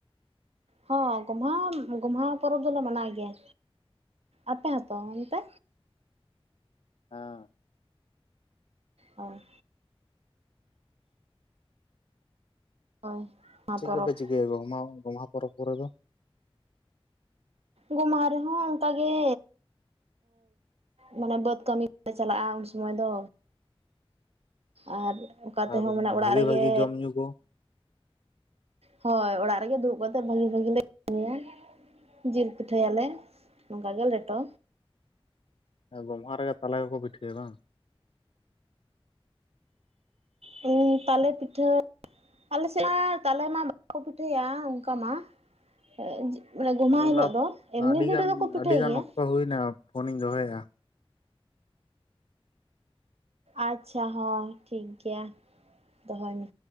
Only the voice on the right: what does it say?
ᱦᱚᱸ ᱜᱚᱸᱢᱦᱟ ᱜᱚᱸᱢᱦᱟ ᱯᱚᱨᱚᱵᱽ ᱫᱚᱞᱮ ᱢᱟᱱᱟᱣ ᱜᱮᱭᱟ ᱟᱯᱮ ᱦᱚᱸᱛᱚ ᱚᱱᱛᱮ
ᱚ ᱦᱳᱭ ᱜᱚᱢᱦᱟ
ᱯᱚᱨᱚᱵᱽ
ᱜᱚᱸᱢᱦᱟ ᱨᱮᱦᱚᱸ ᱚᱱᱠᱟ ᱜᱮ ᱢᱟᱱᱮ ᱵᱟᱹᱫᱽ ᱠᱟᱹᱢᱤ ᱞᱮ ᱪᱟᱞᱟᱜᱼᱟ ᱩᱱ ᱥᱚᱢᱚᱭ ᱫᱚ ᱟᱨ ᱚᱠᱟ ᱛᱮᱦᱚᱸ
ᱢᱟᱱᱮ ᱚᱲᱟᱜ
ᱨᱮᱜᱮ
ᱦᱳᱭ ᱚᱲᱟᱜ ᱨᱮᱜᱮ ᱫᱩᱲᱩᱵ ᱠᱟᱛᱮ ᱵᱷᱟᱹᱜᱤ ᱵᱷᱟᱹᱜᱤ ᱞᱮ ᱤᱭᱟ ᱡᱤᱞ ᱯᱤᱴᱷᱟᱹ ᱭᱟᱞᱮ ᱱᱚᱝᱠᱟ ᱜᱮ ᱞᱮᱴᱚ
ᱦᱩ ᱛᱟᱞᱮ ᱯᱤᱴᱷᱟᱹ ᱟᱞᱮᱥᱮᱫ ᱢᱟ ᱛᱟᱞᱮ ᱢᱟ ᱵᱟᱠᱚ ᱯᱤᱴᱷᱟᱹᱭᱟ ᱚᱱᱠᱟ ᱢᱟ ᱮ ᱡᱤ ᱢᱟᱱᱮ ᱜᱚᱸᱢᱦᱟ
ᱦᱤᱞᱳᱜ
ᱫᱚ ᱮᱢᱱᱤ
ᱫᱤᱱ
ᱨᱮᱫᱚ ᱠᱚ ᱯᱤᱴᱷᱟᱹᱭ
ᱜᱮᱭᱟ᱾
ᱟᱪᱪᱷᱟ ᱦᱚᱸ ᱴᱷᱤᱠ ᱜᱮᱭᱟ ᱫᱚᱦᱚᱭ ᱢᱮ᱾